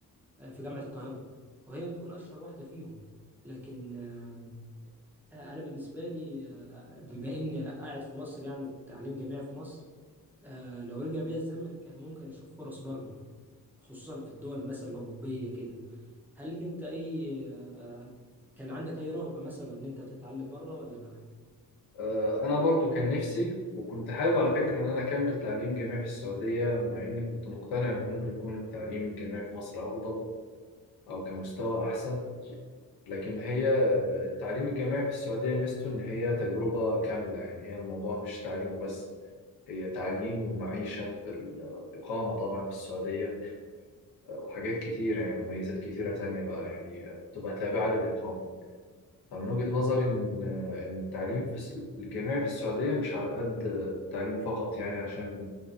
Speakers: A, in the centre; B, on the left.
A: آه، في جامعه القاهره وهي ممكن اشهر واحده فيهم لكن آم، آه، انا بالنسبه لي آه، بما اني قاعد في مصر يعني في تعليم جامعي في مصر آه، لو رجع بيا الزمن كان ممكن اشوف فرص بره خصوصا في الدول مثلا الاوروبيه كده هل لك انت اي آه، كان عندك اي رغبه مثلا ان انت تتعلم بره ولا لا
B: آه، أنا برضو كان نفسي وكنت حابب على فكرة إن أنا أكمل تعليم جامعي في السعودية مع إني كنت مقتنع إن ممكن يكون التعليم الجامعي في مصر أفضل أو كمستوى أحسن لكن هي آه، التعليم الجامعي في السعودية ميزته إن هي تجربة كاملة يعني هي الموضوع مش تعليم وبس هي تعليم ومعيشة في الإقامة طبعا في السعودية آه، وحاجات كتير يعني مميزات كتيرة تانية بقى يعني بتبقى تابعة للإقامة فمن وجهة نظري إن آه، إن التعليم في الس- الجامعي في السعودية مش على قد آه، التعليم فقط يعني عشان